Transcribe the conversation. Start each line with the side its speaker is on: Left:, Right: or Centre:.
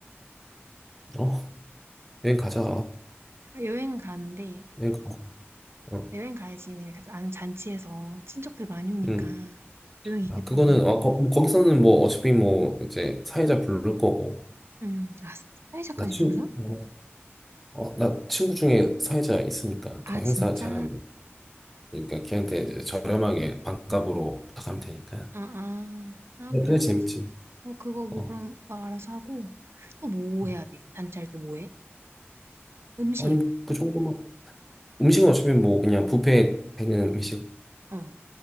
Centre: 어, 여행 가자.
Right: 아, 여행은 가는데,
Centre: 여행 가자. 어.
Right: 여행 가야지. 그러니까 나는 잔치에서 친척들 많이 오니까
Centre: 음.
Right: 조용히 있겠다고.
Centre: 아, 그거는 어, 거, 기서는뭐 어차피 뭐 이제 사회자 부를 거고
Right: 응, 아, 사회자까지
Centre: 나 친,
Right: 부르나?
Centre: 어, 어, 나 친구 중에 사회자 있으니까 그런
Right: 아, 진짜?
Centre: 행사 잘하는 그러니까 걔한테 이제 저렴하게 반값으로 부탁하면 되니까.
Right: 아, 아, 아,
Centre: 네,
Right: 그래,
Centre: 그래
Right: 그래.
Centre: 재밌지.
Right: 어, 그거 뭐
Centre: 어.
Right: 그럼 오빠가 알아서 하고, 또 뭐
Centre: 음.
Right: 해야 돼? 잔치할 때 뭐 해? 음식,
Centre: 아니 뭐그 정도만 음식은 어차피 뭐 그냥 뷔페에 있는 음식
Right: 어,